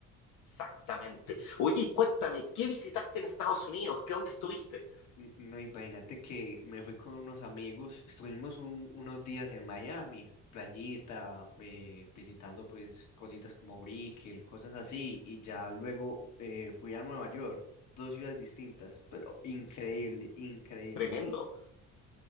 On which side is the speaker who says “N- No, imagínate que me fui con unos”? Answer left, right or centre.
Left